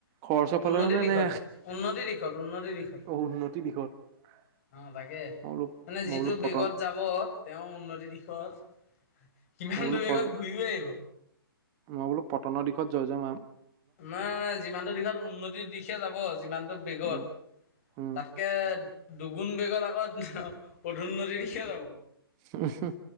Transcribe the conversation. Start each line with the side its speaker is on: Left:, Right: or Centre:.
Right: খৰচৰ
Left: উন্নতিৰ
Right: ফালে নে
Left: দিশত
Right: নে
Left: উন্নতিৰ দিশত উন্নতিৰ দিশত
Right: উন্নতিৰ দিশত
Left: অ, তাকে
Right: মই বোলো
Left: মানে
Right: মই
Left: যিটো
Right: বোলো পতন
Left: বেগত যাব। তেও উন্নতিৰ দিশত সমান
Right: মই বোলো
Left: দৰ বেগত
Right: প
Left: ঘূৰি আহিব।
Right: মই বোলো পটনৰ দিশত জয় যাম।
Left: নাই - নাই যিমানটো দিশত উন্নতিৰ দিশে যাব। যিমানতটো বেগত
Right: উম, উম।
Left: তাতকে দুগুণ বেগৰ আগত পধোন্নদ দিখিয়ে যাব।
Right: হু - হু,